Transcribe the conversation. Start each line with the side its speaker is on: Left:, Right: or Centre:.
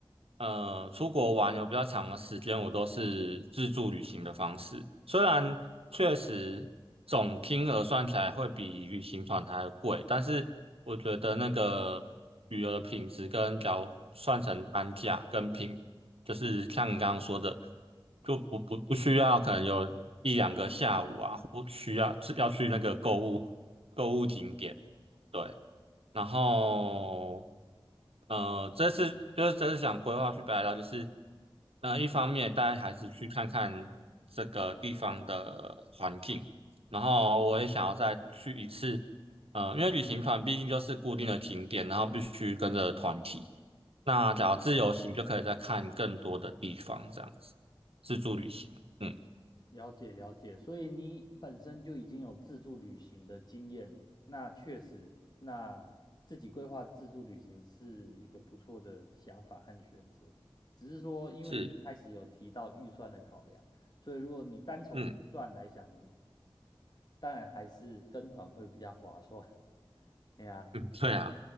Right: 呃出国玩有比较长的时间，我都是自助旅行的方式。虽然确实总金额算起来会比旅行团还要贵，但是我觉得那个旅游的品质跟假如算成单价跟品就是像你刚刚说的，就不不不需要可能有一两个下午啊，或需要是要去那个购物购物景点，对。然后呃，这次就是这次想规划去北海道，就是嗯、呃一方面带孩子去看看这个地方的环境，然后我也想要再去一次，呃，因为旅行团毕竟就是固定的景点，然后必须跟着团体。那假如自由行就可以再看更多的地方，这样子自助旅行，嗯，
Left: 了解了解，所以你本身就已经有自助旅行的经验了，那确实，那自己规划自助旅行是一个不错的想法和选择。只是说，因为你一开始有提到预算的考量，
Right: 是，
Left: 所以如果你单从预算来想，
Right: 嗯
Left: 当然还是跟团会比较划算。<laughs> 哎呀，
Right: 嗯，对啊。